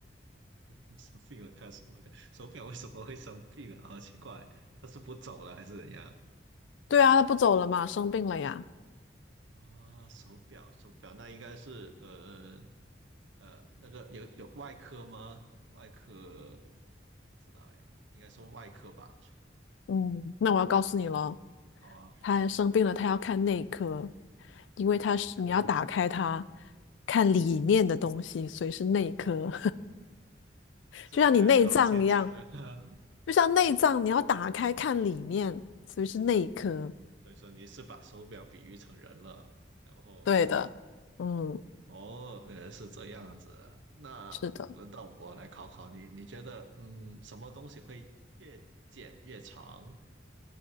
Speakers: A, on the right; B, on the left.
A: <laughs> 生病了干什么的？<laughs> 手表为什么会生病啊？好奇怪，它是不走了还是怎样？
B: 对啊，他不走了嘛，生病了呀。
A: 哦，手表，手表，那应该是呃呃，那个有有外科吗？外科不知道哎，应该是外科吧？
B: 嗯，那我要告诉你了，
A: 好啊，
B: 他生病了，他要看内科，因为他是你要打开它，
A: 内科，
B: 看里面的东西，所以是内科，<laughs>
A: 这个感觉好牵强啊。
B: 就像你内脏一样，
A: <laughs>
B: 就像内脏你要打开看里面，所以是内科。
A: 所以说你是把手表比喻成人了，然后嗯，
B: 对的，嗯，
A: 哦，呃，是这样子。那轮到我来考考你，
B: 是的。
A: 你觉得，嗯，什么东西会越剪越长？